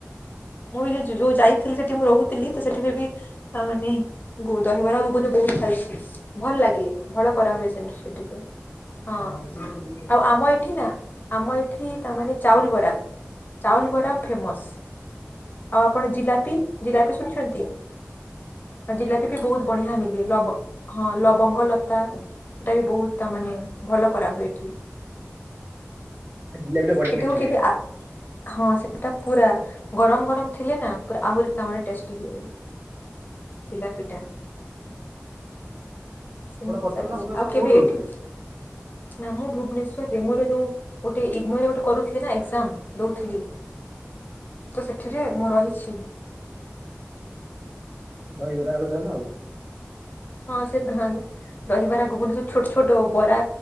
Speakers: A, on the left; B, on the right.
A: ମୁଁ ବି ଯେ ଯ ଯୋଉ ଯାଇଥିଲି ସେଠି ମୁଁ ରହୁଥିଲି ତ ସେଥିରେ ବି ଆ ମାନେ ଗୁ ଦହିବରା ଗୁଗୁନି ବହୁତ ଖାଇଛି ଭଲ ଲାଗେ ଭଳ କରା ହୁଏ ସେମିତି ସେଠିକା । ହଁ ଆଉ ଆମ ଏଠି ନା ଆମ ଏଠି ତାମାନେ ଚାଉଲି ବରା । ଚାଉଲି ବରା ଫେମସ ଆଉ ଆପଣ ଜିଲାପି ଜିରାପି ଶୁଣୁଛନ୍ତି ଆଉ ଜିଲାପି ବି ବହୁତ ବଢିଆ ମିଲେ ଲବ ହଁ ଲବଙ୍ଗ ଲତା ସେଇଟା ବି ବହୁତ ତା ମାନେ ଭଲ କରାହୁଏ ଏଠି ।
B: ଆ ଜିଲାପି ଟା ବଢିଆ
A: ଏଠିକୁ
B: ମିଠା
A: କେବେ
B: ଲାଗେ।
A: ଆ ହଁ ସେଇଟା ପୁରା ଗରମ ଗରମ ଥିଲେ ନା ପୁରା ଆହୁରି ତା ମାନେ ଟେଷ୍ଟ ହୁଁ ଜିଲାପି ଟା। ସେମିତି
B: ଆପଣ କଟକ
A: ଚାଲିଛି
B: ନା ଭୁବନେଶ୍ୱର
A: ଆଉ କେବେ
B: କୋଉଠି ରହୁଥିଲେ?
A: ଏଠି ନା ମୁଁ ଭୁବନେଶ୍ଵରରେ ମୋର ଯୋଉ ଗୋଟେ ଇଗ୍ନୋର ଗୋଟେ କରୁଥିଲି ନା ଏକ୍ସାମ ଦଉଥିଲି ତ ସେଠିରେ ମୁଁ ରହିଛି।
B: ଦହିବରା ଆଳୁଦମ୍ ଆଉ
A: ହଁ ସେ ଧାନ୍ ଦହିବରା ଗୁଘୁନି ସବୁ ଛୋଟ ଛୋଟ ବରା